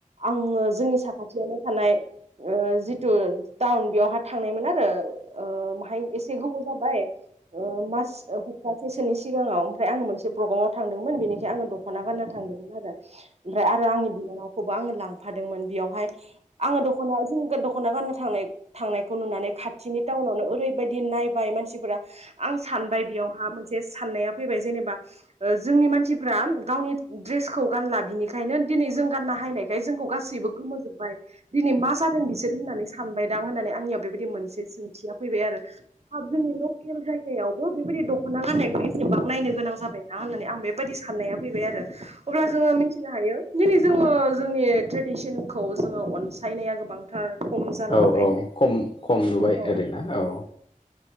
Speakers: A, on the right (about 50°); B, on the left (about 45°).
A: आङो जोंनि साखाथियावनो थानाय जिथु टाउन बेयाव हा थांनाय मोन आरो ओ एसे गोबाव जाबाय ओ मास खबथासेसो ओमफ्राय आङो मोनसे प्रग्रामाव थांदोंमोन बेखाय आङो ड दख'ना गानना थांदोंमोन आरो ओमफ्राय आरो आंनि बिनानावखौबो आङो लांफादोंमोन बेयावहाय आङो दख'ना जों दख'ना गानना थांनाय थांनायखौ नुनानै खाथिनि उनावनो ओरैबायाददि बि नायबाय मानसिफोरा आं सानबाय बेयावहा मोनसे साननाया फैबाय जेनेबा जोंनि मानसिफ्रा गावनि ड्रेसखौ गानला बिनिखायनो दिनै जों गारनो हायनाय बेखाय जोंखौ गासैबो गोमोजोबबाय दिनै मा जादों बिसोरो होननानै सानबाय दां होननानै आंनियाव बेबायदि मोनसे सोंथिया फैबाय आरोाब जोंनि लकेल जायगायावबो बेबायदि गाननायखौ एसेबां नायनो गोनां जाबायना होननानै आं बेबायदि साननाया फैबाय आरो अब्ला जोङो मिथिनो हायो दिनै जोङो जोंनि ट्रेडिसन खौ जोङो अनसायनाया गोबांथार खम जालांबाय
B: औ औ खम खम नुबाय
A: औ
B: ओर ना औ